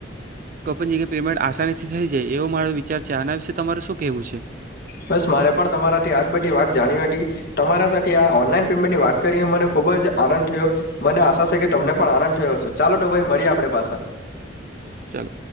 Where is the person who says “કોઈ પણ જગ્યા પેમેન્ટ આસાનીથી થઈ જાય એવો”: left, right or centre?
Right